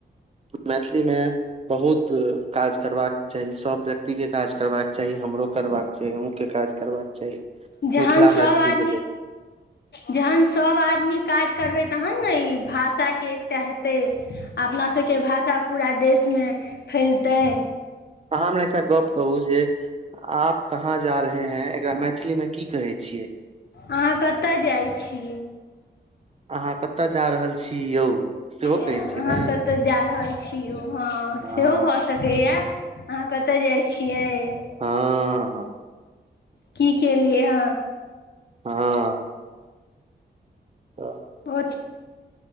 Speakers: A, on the right; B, on the left.
A: मैथिलीमे बहुत काज करबाक चाही सभ व्यक्ति काज करबाक चाही हमरो करबाक छै अन्हु के काज करबाक चाही
B: जहन
A: मिथिला
B: सभ
A: मैथिलीे
B: आदमी
A: लेल
B: जहन सभ आदमी काज करबै तहन ने ई भाषाके एकटा हेतै अपनासभके भाषा पूरा देशमे फैलतै
A: अहाँ हमरा एकटा गप कहू जे आप कहाँ जा रहे हैं एकरा मैथिलीमे की कहै छियै
B: अहाँ कतय जाइ छी
A: अहाँ कतय जा रहल छी यौ सेहो
B: ऐं-अहाँ
A: कहै छियै ने
B: कतऽ जा रहल छी यौ हाँ
A: हँ
B: सेहो भऽ सकैया अहाँ कतय जाइ छियै
A: हँ
B: की केलियै हँ
A: हाँ तऽ
B: ओ